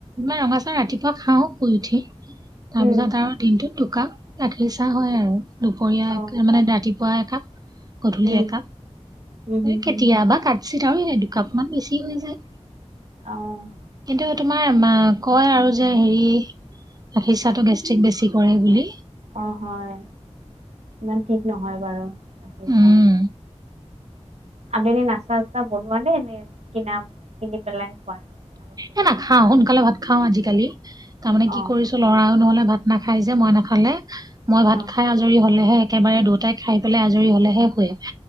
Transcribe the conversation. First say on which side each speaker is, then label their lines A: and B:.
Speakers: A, on the right (about 35°); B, on the right (about 70°).
A: ৰঙা চাহ ৰাতিপুৱা খাওঁ শুই উঠি তাৰপিছত
B: উম
A: আৰু দিনটোত দুকাপ গাখীৰ চাহ হয় আৰু দুপৰীয়া
B: অ',
A: মানে ৰাতিপুৱা একাপ। গধূলি
B: উম,
A: একাপ।
B: উম, হম,
A: কেতিয়াবা
B: হম,
A: কাৎচিৎ আৰু এ দুকাপ মান বেছি হৈ যায়।
B: অ'।
A: কিন্তু তোমাৰ মা কয় আৰু যে হেৰি গাখীৰ চাহটো গেষ্ট্ৰিক বেছি কৰে বুলি।
B: অ', হয় ইমান ঠিক নহয় বাৰু গাখীৰ
A: উম
B: চাহ। আবেলি নাস্তা চাস্তা বনোৱা নে নে কিনা কিনি পেলাই খোৱা। কিনা বস্তু
A: এ
B: খোৱা?
A: নাখাওঁ সোনকালে ভাত খাওঁ আজিকালি তাৰমানে কি
B: অ',
A: কৰিছ ল'ৰাও নহ'লে ভাত নাখাই যে মই নাখালে মই ভাত
B: অ',
A: খাই আজৰি হ'লেহে একেবাৰে দুটাই খাই পেলাই আজৰি হ'লেহে শুৱে